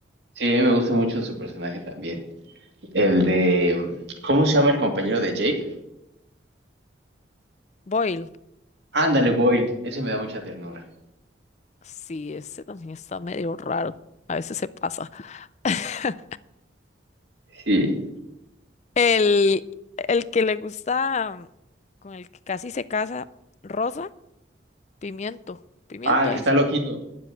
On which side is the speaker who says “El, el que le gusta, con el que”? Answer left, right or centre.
Left